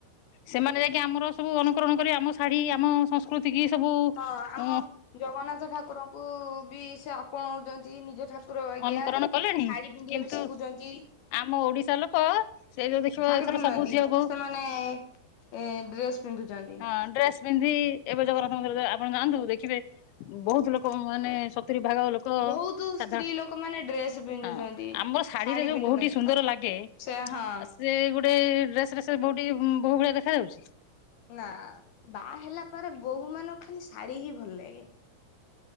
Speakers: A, on the left; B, on the left.
A: ସେମାନେ ଯାଇ ଆମର ସବୁ ଅନୁକରଣ କରି ଆମ ଶାଢ଼ୀ ଆମ ସଂସ୍କୃତି କି ସବୁ
B: ହଁ ଆମ
A: ଅ
B: ଜଗନ୍ନାଥ ଠାକୁରଙ୍କୁ ବି ସେ ଆପଣାଉଛନ୍ତି ନିଜ ଠାକୁର କୁକୁରବାଜା
A: ଅନୁକରଣ କଲେଣି
B: ଶାଢୀ ପିନ୍ଧିବା
A: କିନ୍ତୁ
B: ପାଇଁ ଶିଖୁଛନ୍ତି
A: ଆମ ଓଡିଶା ଲୋକ ସେ ଯୋଉ ଦେଖିବ
B: ଶାଢୀ
A: ଏଥର
B: ପିନ୍ଧୁନାହାନ୍ତି
A: ସବୁ ଝିଅକୁ
B: ସେମାନେ ଏ ଡ୍ରେସ ପିନ୍ଧୁଛନ୍ତି।
A: ହଁ ଡ୍ରେସ ପିନ୍ଧି ଏବେ ଜଗନ୍ନାଥ ମନ୍ଦିର ଆପଣ ଯାଆନ୍ତୁ, ଦେଖିବେ ବହୁତ ଲୋକ ମାନେ ରି ଭାଗ ଲୋକ
B: ବହୁତ
A: ସାଧାରଣ
B: ସ୍ତ୍ରୀ ଲୋକମାନେ ଡ୍ରେସ ପିନ୍ଧୁଛନ୍ତି
A: ହଁ ଆମର ଶାଢୀରେ
B: ଶାଢୀ
A: ଯୋଉ
B: ପିନ୍ଧୁନାହାନ୍ତି
A: ବହୁଠି ସୁନ୍ଦର
B: ତ
A: ଲାଗେ
B: ସେ ହଁ
A: ସେ ଗୋଟେ ଡ୍ରେସ ବୋଉ ଟିକି ବୋହୁ ଭଳିଆ ଦେଖାଯାଉଛି
B: ନା ବାହା ହେଲା ପରେ ବୋହୂ ମାନଙ୍କ ଖାଲି ଶାଢୀ ହିଁ ଭଲ ଲାଗେ